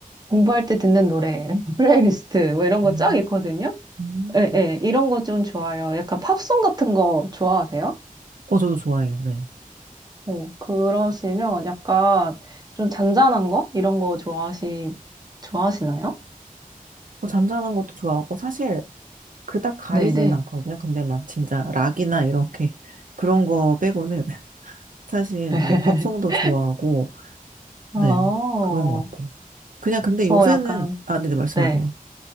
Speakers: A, on the right (about 25°); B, on the right (about 65°).
A: 공부할 때 듣는 노래, <laughs> 플레이리스트, 뭐 이런 거
B: 음,
A: 쫙 있거든요?
B: 음.
A: 예, 예, 이런 거 좀 좋아요. 약간 팝송 같은 거 좋아하세요?
B: 어, 저도 좋아해요, 네.
A: 어, 그러시면 약간 좀 잔잔한 거? 이런 거 좋아하시, 좋아하시나요?
B: 뭐 잔잔한 것도 좋아하고, 사실, 그닥 가리진
A: 네네.
B: 않거든요. 근데 막 진짜 락이나 이렇게 그런 거 빼고는 <laughs> 사실
A: <laughs>
B: 뭐 팝송도 좋아하고,
A: 어,
B: 네, 그런 것 같아요. 그냥 근데
A: 저
B: 요새는,
A: 약간,
B: 아, 네, 네, 말씀하세요.
A: 네.